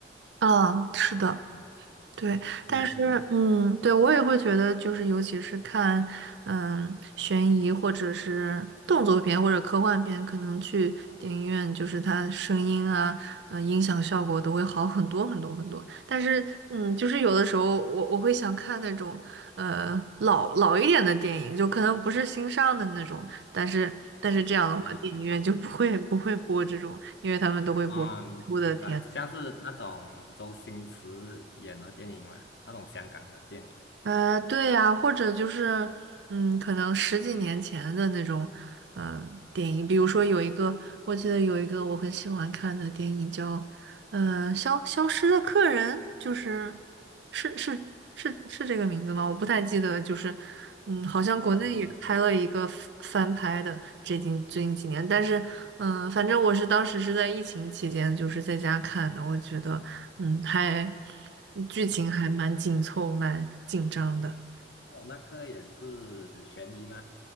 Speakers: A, on the right (about 80°); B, on the left (about 70°).
A: 啊，是的。
B: 嗯
A: 对，但是，
B: 嗯嗯，
A: 嗯，对，我也会觉得，就是尤其是看，嗯，悬疑或者是动作片或者科幻片，可能去电影院，就是它声音啊，呃，音响效果都会好很多很多很多。但是，嗯，就是有的时候我我会想看那种，呃，老老一点的电影，就可能不是新上的那种，但是但是这样的话，
B: 哦
A: 电影院就不会不会播这种，因为他们都会播新出的片。
B: 啊、明白，像是那种周星驰演的电影嘛，那种香港的电影。
A: 呃，对呀，或者就是，嗯，可能十几年前的那种，呃，电影，比如说有一个，我记得有一个我很喜欢看的电影叫呃，消消失的客人就是是是是是这个名字吗？我不太记得，就是嗯，好像国内也拍了一个翻翻拍的，
B: 啊，
A: 最近最近几年，但是嗯、呃反正我是当时是在疫情期间，就是在家看的，我觉得嗯，还剧情还蛮紧凑，
B: 啊
A: 蛮紧张的
B: 哦，那个也是悬疑吗？